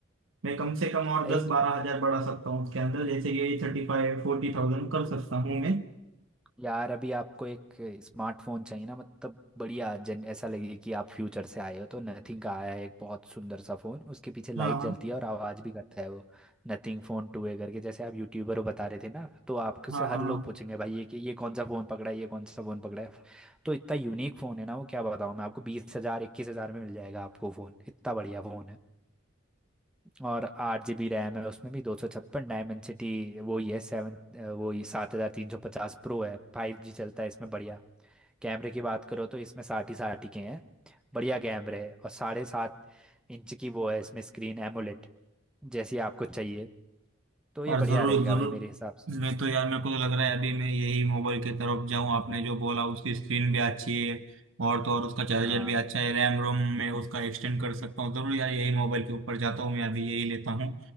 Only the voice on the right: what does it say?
मैं कम से कम और
दस बारह हजार बढ़ा सकता हूँ उसके अंदर जैसे कि थर्टी फाइव फोर्टी थाउजेंड कर सकता हूँ मैं
हाँ हाँ
हाँ
हाँ हाँ
और
जरूर
जरूर
मैं तो यार मेरे को तो लग रहा है अभी मैं यही मोबाइल की तरफ जाऊं आपने जो बोला उसकी स्क्रीन भी अच्छी है और तो और उसका चार्जर
भी अच्छा है रैम रोम में उसका एक्सटेंड कर सकता हूँ जरूर यार यही मोबाइल के ऊपर जाता हूँ मैं अभी यही लेता हूँ